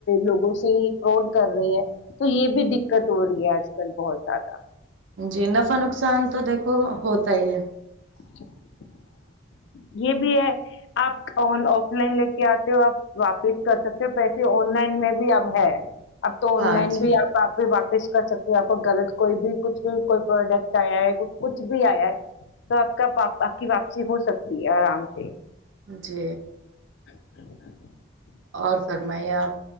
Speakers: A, on the left; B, on the right.
A: لوگوں سے ہی فراڈ کر رہے ہیں تو یہ بھی دقت ہو رہی ہے آج کل بہت زیادہ
B: جی نفع نقصان تو دیکھو ہوتا ہی ہے
A: <inaudible> یہ بھی ہے آپ آف لائن لے کے آتے ہو آپ واپس کر سکتے ہو پیسے آن لائن میں بھی اب ہے اب تو آن
B: ہاں
A: لائن
B: جی
A: بھی آپ آپ واپس کر سکتے آپ کو غلط کوئی بھی کچھ بھی کوئی پروڈکٹ آیا ہے کچھ بھی آیا ہے تو آپ کا آپ کی واپسی ہو سکتی آرام سے
B: جی
A: <inaudible>
B: اور فرمائیے آپ